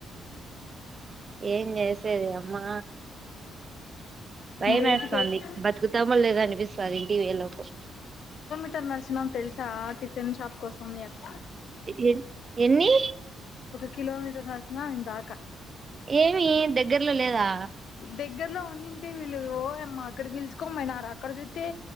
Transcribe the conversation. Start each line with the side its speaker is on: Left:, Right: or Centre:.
Right: ఏ చేసేది అమ్మా భయం
Left: బయటికైతే
Right: వేస్తాంది బతుకుతామో లేద అనిపిస్తాంది ఇంటివలోపు
Left: ఇ నడిచినాం తెలుసా టిఫిన్ షాప్ కోసం మీ అక్క
Right: ఎ ఎన్ని
Left: ఒక కిమటర్ నరిచిన ఇందాక
Right: ఏమి దగ్గరలో లేదా
Left: దగ్గరలో ఉన్నింటే వీళ్లు వో యమ్మ అక్కడికి విలుసుకొని పోయినారు అక్కడ జూతే